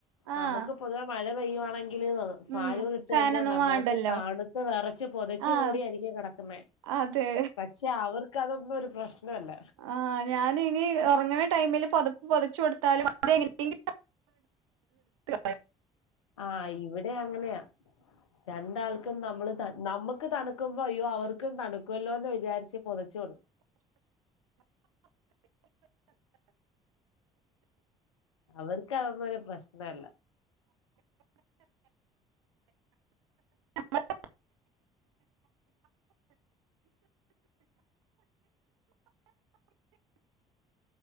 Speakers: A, on the right; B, on the left.
A: ആഹ്
B: നമുക്ക് പൊതുവെ മഴ പെയ്യ <unintelligible> ഫാലൂ
A: ഉം
B: ഇട്ട
A: ഫാനൊന്നും
B: കഴിഞ്ഞാൽ നമ്മായിട്ട്
A: വാണ്ടല്ലോ
B: താണുത്ത വെറച്ച് പൊതച്ച്
A: ആഹ്
B: കൂടി ആയിരിക്കും കിടക്കുന്നേ
A: അതെ
B: പക്ഷെ അവർക്ക് അതൊന്ന ഒരു പ്രശ്നമല്ല
A: ആഹ് ഞാന് <unintelligible> ഒറങ്ങ്ണ ടൈമിൽ പതപ്പ് പതച്ചു കൊടുത്താലും അത് എങ്ങനെയെങ്കില <unintelligible>
B: ആഹ് ഇവിടെ അങ്ങനെയാ രണ്ടാൾക്കും നമ്മള് നമ്മുക്ക് തണുക്കുമ്പോ അയ്യോ അവർക്കും തണുക്കുമല്ലോ എന്ന് വിചാരിച്ച് പൊതച്ചു കൊടുക്കും <inaudible> അവർക്ക് അവ പോല പ്രശ്നമല്ല
A: നമ്മള്